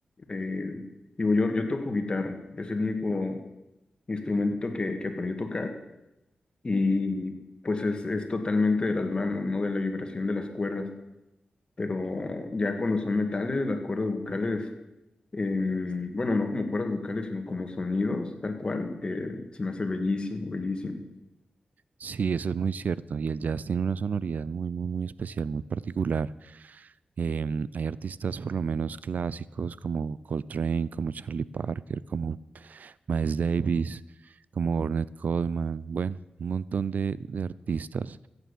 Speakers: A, on the left; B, on the right.
A: eh, digo, yo, yo toco guitarra, es el único instrumento que, que aprendí a tocar y pues es, es totalmente de las manos, ¿no? De la vibración de las cuerdas. Pero ya cuando son metales, las cuerdas vocales em, bueno, no como cuerdas vocales, sino como sonidos, tal cual, eh, se me hace bellísimo, bellísimo.
B: Sí, eso es muy cierto. Y el jazz tiene una sonoridad muy, muy, muy especial, muy particular. Em, hay artistas, por lo menos clásicos, como Coltrane, como Charlie Parker, como Miles Davis, como Ornette Coleman. Bueno, un montón de, de artistas